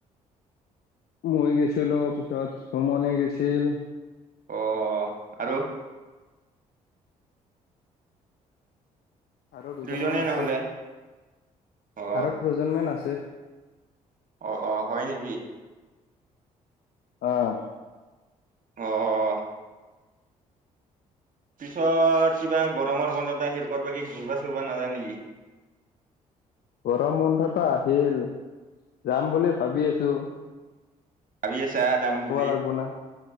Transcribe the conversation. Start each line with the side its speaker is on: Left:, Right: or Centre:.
Left: মই গৈছিলোঁ, পিছত সুমনে গৈছিল।
Right: অ', আৰু?
Left: আৰু দুজনমান
Right: দুইজনে
Left: আছে,
Right: নহলে অ
Left: আৰু দুজনমান আছে।
Right: অ', অ' হয় নেকি?
Left: অ'।
Right: অ', অ'। পিছত কিবা গৰমৰ বন্ধত হেৰ কত বাকি ঘূৰবা চুৰবা নাযাও নেকি?
Left: গৰম বন্ধটো আহিল, যাম বুলি ভাবি আছোঁ।
Right: ভাবি আছা যাম বুলি,
Left: লাগব না